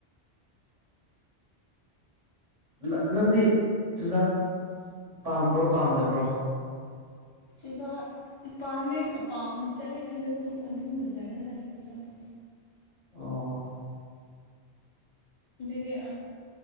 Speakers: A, on the right; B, on the left.
A: ꯅ ꯅꯪꯗꯤ ꯆꯨꯖꯥꯛ ꯄꯥꯝꯕ꯭ꯔꯣ ꯄꯥꯝꯗꯕ꯭ꯔꯣ
B: ꯆꯨ ꯆꯨꯖꯥꯛ ꯎꯝ ꯄꯥꯝꯃꯦ ꯄ ꯄꯥꯝ ꯆꯥꯅꯤꯡꯉꯦ ꯑꯗꯨꯒꯨꯝ ꯑꯗꯨꯝ ꯕꯖꯥꯔꯗ ꯂꯩꯔ ꯆꯥꯏ
A: ꯑꯣ
B: ꯍꯄꯖꯤꯛꯇꯤ ꯑ